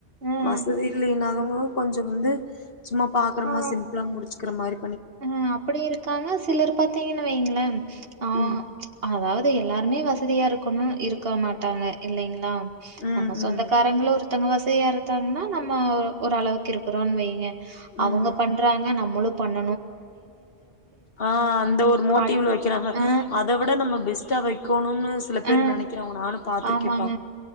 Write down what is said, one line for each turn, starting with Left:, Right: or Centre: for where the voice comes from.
Right: ம்.
Left: வசதி இல்லைனாதவங்க கொஞ்சோ வந்து சும்மா பாக்குறோமா
Right: ஆ.
Left: சிம்பிளா முடிச்சுக்கிற மாதிரி
Right: அ அப்படி இருக்காங்க சிலர் பாத்தீங்கன்னு வைங்கள ஆ
Left: ம்
Right: அதாவது எல்லாருமே வசதியா இருக்கும்ன்னு இருக்க மாட்டாங்க இல்லைங்களா
Left: ம்
Right: நம்ம சொந்தக்காரங்கள
Left: ம்
Right: ஒருத்தங்க வச ஒரே ஒருத்தாங்க நா நம்ம ஒரு அளவுக்கு இருக்கிறோ வைங்க அவங்க
Left: ம்
Right: பண்றாங்க நம்மளும் பண்
Left: ஆ அந்த ஒரு மோட்டிவ்ல
Right: காட்
Left: வைக்கிறாங்க
Right: ஆ,
Left: அத விட நம்ம பெஸ்ட்டா வைக்கணு ம் சில பேர்
Right: ஆ.
Left: நினைக்கிறாங்க நானு பா்த்திருக்கேப்பா
Right: ஆமாங்க.